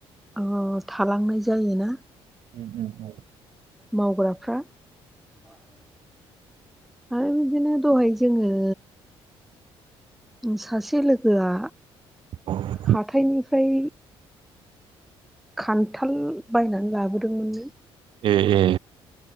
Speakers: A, in the centre; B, on the right.
A: ओ थालांनाय जायोना
B: ओ ओ औ
A: मावग्राफ्रा? <unintelligible> आरो बिदिनो दहाय जोङो उम सासे लोगोआ
B: औ
A: हाथायनिफ्राय खान्थाल बायनानै लाबोदोंमोननो
B: ए ए।